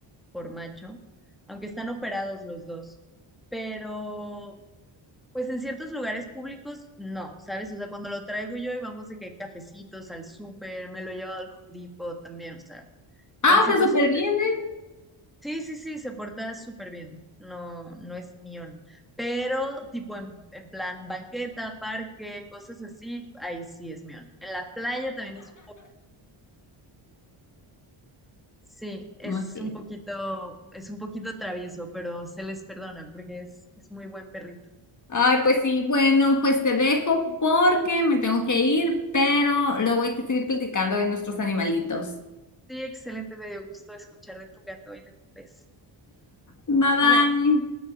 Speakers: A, in the centre; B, on the left.
A: por macho, aunque están operados los dos. Pero, pues en ciertos lugares públicos, no, ¿sabes? O sea, cuando lo traigo yo y vamos de que hay cafecitos al súper, me lo he llevado al Home Depot también, o sea,
B: Ah,
A: en situaciones
B: está súper bien,
A: así.
B: ¿eh?
A: Sí, sí, sí, se porta súper bien, no, no es mión. Pero, tipo, en, en plan banqueta, parque, cosas así, ahí sí es mión. En la playa también es Sí, es
B: Muy bien.
A: un poquito, es un poquito travieso, pero se les perdona porque es, es muy buen perrito.
B: Ay, pues sí, bueno, pues te dejo porque me tengo que ir, pero luego hay que seguir platicando de nuestros animalitos.
A: Sí, excelente, me dio gusto escuchar de tu gato y de tu pez.
B: Bye bye.
A: <laughs> Bye.